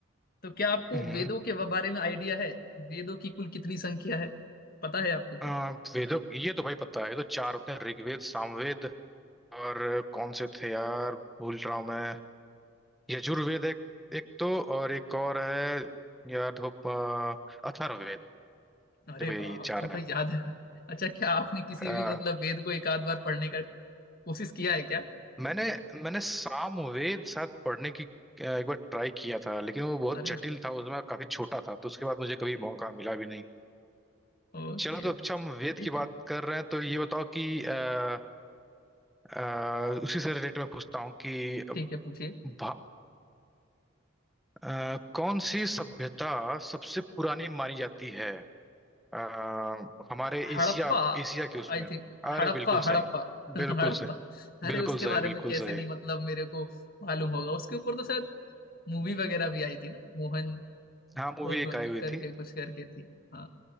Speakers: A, on the left; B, in the centre.
A: तो क्या आपको
B: हम्म।
A: वेदों के व- बारे में आइडिया है वेदों की कुल कितनी संख्या है पता है आपको क्या
B: अ, वेदों ये तो भाई पता है ये तो चार होते हैं ऋग्वेद सामवेद और कौन से थे यार भूल रहा हूँ मैं यजुर्वेद एक एक तो और एक और है यार धोप अथर्ववेद
A: अरे
B: देखो यही
A: वाह आपको
B: चार
A: तो याद है अच्छा क्या आपने किसी
B: है
A: भी मतलब वेद को एक आध बार पढ़ने का कोशिश किया है क्या
B: मैंने मैंने सामवेद शायद पढ़ने की अ, एक बार ट्राई किया था लेकिन वो बहुत
A: अरे
B: जटिल
A: वाह
B: था उसमें काफी छोटा था तो उसके बाद मुझे कभी मौका मिला भी नहीं
A: ओके
B: चलो तो
A: ओके
B: अच्छा हम वेद
A: ठीक
B: की बात
A: है
B: कर रहे हैं तो ये बताओ कि अ, अ, उसी से रिलेटेड मैं पूछता हूँ कि
A: ठीक है पूछिए
B: भा- अ, कौन सी सभ्यता सबसे पुरानी मानी जाती है अ, हमारे
A: Harappa
B: एशिया एशिया के उसमें
A: I think
B: अरे
A: Harappa
B: बिल्कुल
A: Harappa
B: सही
A: <laughs>
B: बिल्कुल
A: Harappa
B: सही
A: अरे
B: बिल्कुल
A: उसके बारे
B: सही
A: में
B: बिल्कुल
A: कैसे
B: सही
A: नहीं मतलब मेरे को मालूम होगा उसके ऊपर तो शायद मूवी वगैरह भी आई थी ना मोहन
B: हाँ मूवी
A: अ, अ,
B: एक आई हुई
A: करके
B: थी
A: कुछ करके थी हाँ